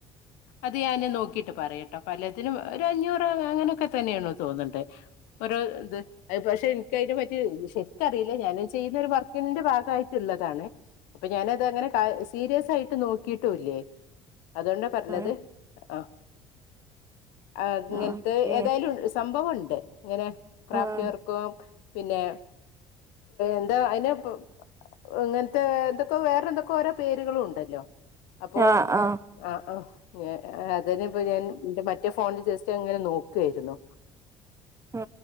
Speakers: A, on the left; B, on the right.
A: അത് ഞാൻ നോക്കിട്ട് പറയട്ടോ പലത്തിനും ഒരു അഞ്ഞൂറ് അങ്ങനെയൊക്കെ തന്നെയാണോ തോന്നിണ്ട് ഒരു ഇത് അ പക്ഷെ എനിക്കതിനു പറ്റി ശരിക്കറിയില്ല ഞാനും ചെയ്യുന്ന ഒരു വർക്കിന്റെ ഭാഗമായിട്ടുള്ളതാണ് അപ്പൊ ഞാന അത് അങ്ങനെ സീരിയസ് ആയിട്ട് നോക്കിയിട്ടുംല്ലേ അത പറഞ്ഞത്
B: ഉം
A: ആ ആ ഇങ്ങനത്തെ
B: ഓക്കെ
A: ഏതായാലും സംഭവംുണ്ട് ഇങ്ങനെ ക്രാഫ്റ്റ്
B: ഉം
A: വർക്ക പിന്നെ എന്താ അതിന്പ്പ ഇങ്ങനത്തെ എന്തൊക്കെ വേറെ എന്തൊക്കെ ഓരോ പേരുകളും ഉണ്ടല്ലോ അപ്പോ
B: ആഹ് ആഹ്
A: ആ ആ അതന് ഇപ്പ ഞാൻന്റെ മറ്റേ ഫോണിൽ ജസ്റ്റ് അങ്ങനെ നോക്കുായിരുന്നു
B: ആ